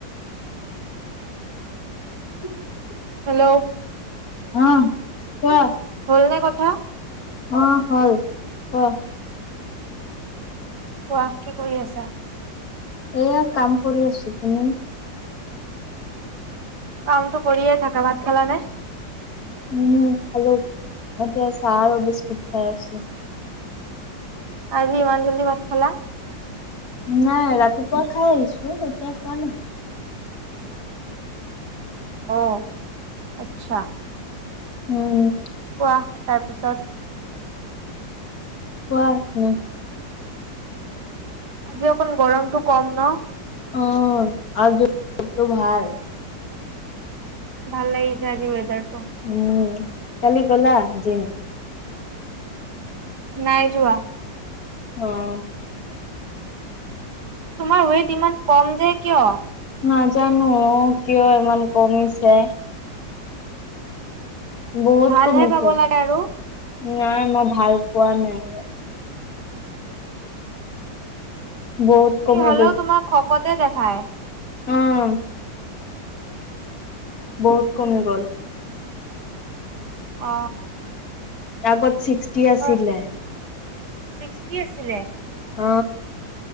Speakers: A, on the left (about 50°); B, on the right (about 60°).
A: উম <unintelligible>
B: হেল্ল'
A: অহ কোৱা।
B: হলনে কথা
A: অহ হল কহ
B: কোৱা কি কৰি আছা?
A: এয়া কাম কৰি আছো তুমি
B: কামটো কৰিয়ে থাকা ভাত খালা নে!
A: উম হেল্ল' এতিয়া চাহ আৰু বিস্কুট খাই আছো।
B: আজি ইমান জল্দি ভাত খালা?
A: নাই ৰাতি পুৱা খাই আহিছো এতিয়া খোৱা নাই, ।
B: অঁ আচ্ছা
A: উম
B: কোৱা তাৰপিছত
A: কোৱা তুমি
B: আজি অকন গৰমটো কম ন
A: অ আজি বতৰটো ভাল
B: ভাল লাগিছে আজি ৱেদাৰ
A: উম কালি গলা জিম
B: নাই যোৱা
A: অঁ
B: তোমাৰ ৱেইট ইমান কম যে কিয়
A: নাজানো কিয় ইমান কমিছে বহুত
B: ভালহে
A: কমিছে
B: পাব লাগে আৰু
A: নাই মই ভাল পোৱা নাই বহুত কমি
B: ক্ষীণ হ'লেও তোমাক শকতে দেখায়
A: উম বহুত কমি গ'ল
B: অ
A: আগত চিক্স চিক্সতি আছিলে
B: হয় ছিক্সটি আছিলে
A: অ